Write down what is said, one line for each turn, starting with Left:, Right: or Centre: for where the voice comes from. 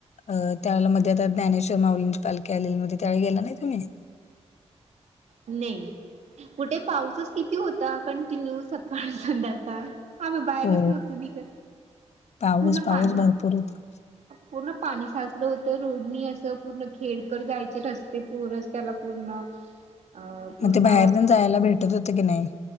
Left: अ त्यावेळेला मध्ये आता ज्ञानेश्वर माऊलींची पालखी आलेली मध्ये त्यावेळी गेला नाही तुम्ही
Right: नाही कुठे पाऊसच किती होता कंटिन्यू सकाळ संध्याकाळ आम्ही बाहेरच
Left: हो
Right: नव्हतो निघत
Left: पाऊस
Right: पूर्ण
Left: पाऊस
Right: पाणी
Left: भरपूर होता
Right: पूर्ण पाणी साचलं होतं रोडनी असं पूर्ण खेड कड जायचे रस्ते पूरस त्याला पूर्ण अ पूर्ण
Left: मग ते बाहेर पण जायला भेटत होत की नाही.